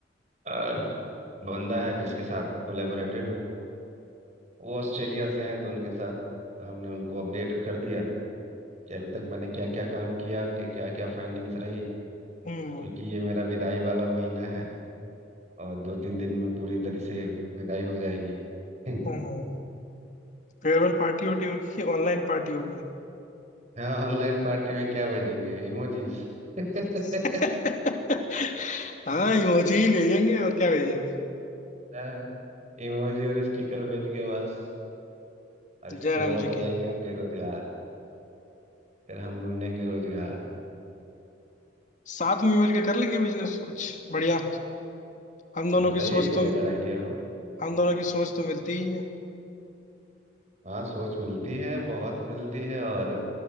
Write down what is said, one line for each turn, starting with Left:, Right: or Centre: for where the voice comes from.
Right: अ, बंदा है जिसके साथ कोलेबोरेटेड हूँ वो ऑस्ट्रेलिया से हैं तो उनके साथ हमने उनको अपडेट कर दिया कि अभी तक मैंने क्या क्या काम किया कि क्या क्या फाइंडिंग्स रही
Left: हम्म
Right: क्योंकि ये मेरा विदाई वाला महीना है और दो तीन दिन में पूरी तरह से विदाई हो जाएगी <laughs>
Left: हम्म फेयरवेल पार्टी होटी होगी कि ऑनलाइन पार्टी होगी
Right: हाँ ऑनलाइन पार्टी में क्या भेजेंगे इमोजीज <laughs>
Left: <laughs> हाँ इमोजी ही भेजेंगे और क्या भेजेंगे
Right: हाँ, इमोजी और स्टिकर भेज के बस और
Left: जयराम
Right: इसके बाद
Left: जी
Right: हो जाएंगे
Left: की
Right: हम बेरोजगार फिर हम ढूंढेंगे रोजगार
Left: साथ में मिलकर कर लेंगे बिजनेस कुछ बढ़िया हम दोनों
Right: बताइए
Left: की सोच
Right: कोई
Left: तो
Right: अगर आइडिया हो
Left: हम दोनों की सोच तो मिलती ही है
Right: हाँ सोच मिलती है बहुत मिलती है और